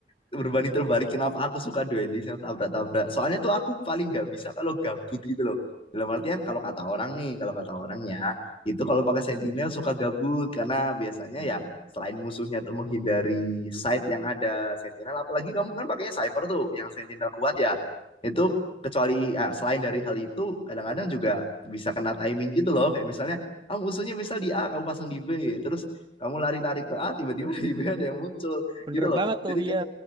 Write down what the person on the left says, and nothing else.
berbanding terbalik kenapa aku suka duelis yang tabrak-tabrak. Soalnya tuh aku paling nggak bisa kalau gabut gitu loh. Dalam artian kalau kata orang nih, kalau kata orangnya itu kalau pakai sentinel suka gabut karena biasanya
ya selain musuhnya tuh menghindari site yang ada sentinel, apalagi kamu kan pakainya cyber tuh yang sentinel kuat ya. Itu kecuali ah, selain dari hal itu kadang-kadang juga bisa kena timing gitu loh kayak misalnya ah musuhnya misal di A kamu pasang di B terus kamu lari-lari ke A tiba-tiba <laughs> di B ada yang muncul
gitu loh
jadi
kayak